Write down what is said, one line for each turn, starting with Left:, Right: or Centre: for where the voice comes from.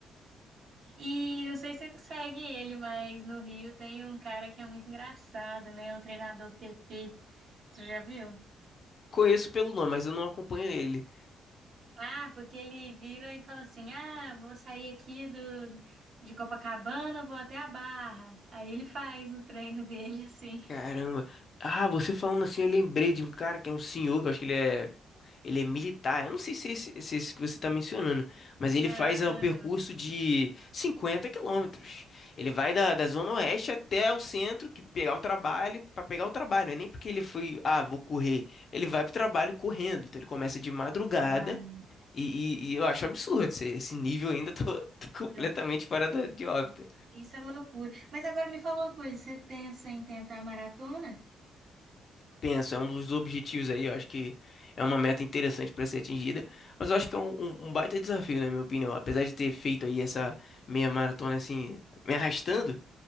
Right: E não sei se você segue ele, mas no Rio tem um cara que é muito engraçado, né? O treinador PP. Você já viu?
Left: Conheço pelo nome, mas eu não acompanho ele.
Right: Ah, porque ele vira e fala assim: Ah, vou sair aqui do, de Copacabana, vou até a Barra. Aí ele faz o treino <laughs> dele assim.
Left: Caramba. Ah, você falando assim, eu lembrei de um cara que é um senhor, que eu acho que ele é Ele é militar. Eu não sei se é esse, se é esse que você está mencionando, mas
Right: Não,
Left: ele faz é, o
Right: não,
Left: percurso
Right: não.
Left: de 50 quilômetros. Ele vai da, da Zona
Right: Que isso,
Left: Oeste até o centro, que pegar o trabalho, para pegar o trabalho. Não é nem porque ele foi, ah, vou correr. Ele vai pro trabalho correndo. Então ele começa de madrugada.
Right: cara?
Left: E, e- e eu acho absurdo esse, esse nível ainda tô, <laughs> tô completamente
Right: Loucura.
Left: fora da- de órbita.
Right: Isso é loucura. Mas agora me fala uma coisa: você pensa em tentar maratona?
Left: penso, é um dos objetivos aí, eu acho que é uma meta interessante para ser atingida, mas eu acho que é um, um- um baita desafio, na minha opinião. Apesar de ter feito aí essa meia maratona assim, me arrastando,